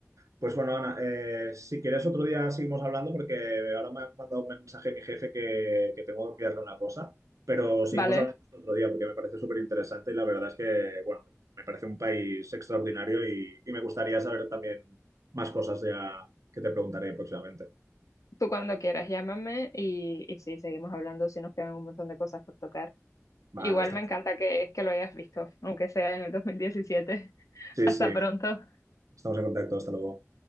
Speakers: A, on the right; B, on the left.
A: Pues bueno, Ana, eh, si quieres otro día seguimos hablando porque ahora me ha mandado un mensaje mi jefe que, que tengo que enviarle una cosa, pero seguimos
B: Vale,
A: hablando esto otro día porque me parece súper interesante y la verdad es que, bueno, me parece un país extraordinario y, y me gustaría saber también más cosas ya que te preguntaré próximamente.
B: tú cuando quieras, llámame y, y sí, seguimos hablando si nos quedan un montón de cosas por tocar.
A: Vale,
B: Igual
A: estamos,
B: me encanta que, que lo hayas visto, aunque sea en el 2017. <laughs>
A: sí,
B: Hasta
A: sí,
B: pronto. Hasta
A: estamos en contacto, hasta luego.